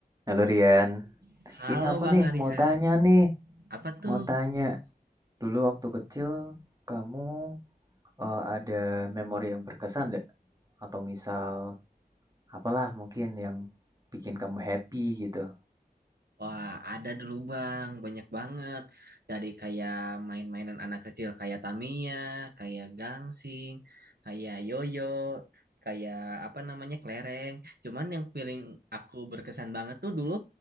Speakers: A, on the right (about 20°); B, on the right (about 70°).
A: Halo Rian,
B: Halo
A: ini aku
B: Bang
A: nih
B: Arya,
A: mau tanya nih,
B: apa tuh?
A: mau tanya dulu waktu kecil kamu eh, ada memori yang berkesan nggak? Atau misal apalah mungkin yang bikin kamu happy gitu?
B: Wah, ada dulu Bang, banyak banget. Dari kayak main-mainan anak kecil kayak Tamiya, kayak gangsing, kayak yoyo, kayak apa namanya kelereng. Cuman yang paling aku berkesan banget tuh dulu